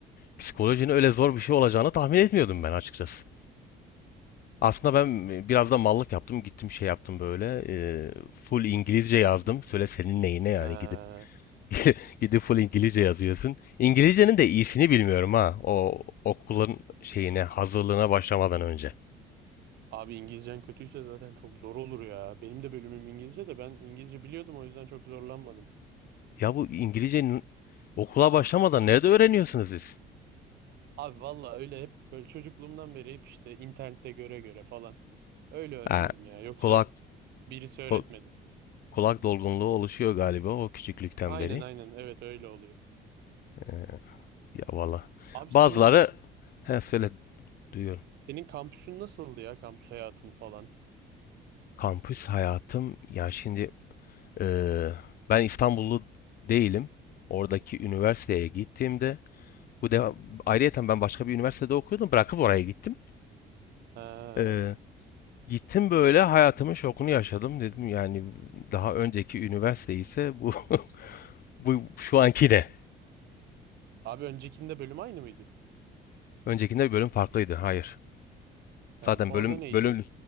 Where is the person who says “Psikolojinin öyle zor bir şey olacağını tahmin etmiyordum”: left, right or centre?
Left